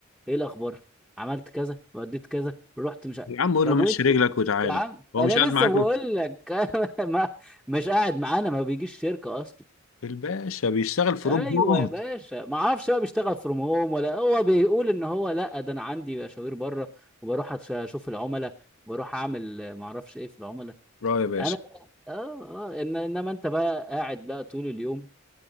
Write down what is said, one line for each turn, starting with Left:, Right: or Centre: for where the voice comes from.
Centre: ايه الاخبار عملت كذا وديت كذا رحت مش ع-
Left: يا عم قول
Centre: طب
Left: له مشي
Centre: وانت
Left: رجلك وتعالى
Centre: يا عم
Left: هو
Centre: انا
Left: مش قاعد
Centre: لسه
Left: معاكم
Centre: بقول لك <laughs> ما مش قاعد معانا ما بيجيش شركه اصلا.
Left: الباشا بيشتغل في
Centre: ايوه
Left: روم هوم
Centre: يا باشا ما اعرفش بقى بيشتغل فروم هوم ولا هو بيقول ان هو لا ده انا عندي مشاوير بره وبروح أتش- اشوف العملاء وبروح اعمل آه، ما اعرفش ايه في العملاء
Left: اه يا باشا
Centre: انا بقى اه اه إن انما انت بقى قاعد بقى طول اليوم